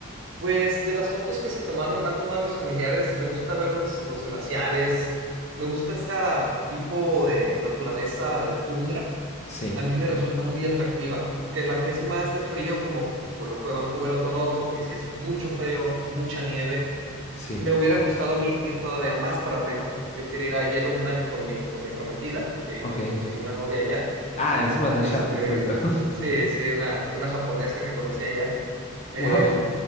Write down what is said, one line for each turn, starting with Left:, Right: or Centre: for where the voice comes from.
Right: Pues de las fotos que se tomaron, han tomado mis familiares, me gusta ver los, los glaciares, me gusta ese tipo de naturaleza de tundra,
Left: Sí,
Right: a mí me resulta muy atractiva, porque la que es más de frío, como fue- lo fue Vancouver o Toronto, que sí es mucho frío, mucha nieve,
Left: sí,
Right: me hubiera gustado a mí ir todavía más para arriba. Yo quería ir a Yellowknife con mi, con mi prometida, que
Left: ok.
Right: me conseguí una novia allá,
Left: Ah, encima de
Right: este,
Left: allá, perfecto. <laughs>
Right: sí, sí, una, una japonesa que conocí allá. eh,
Left: Wow.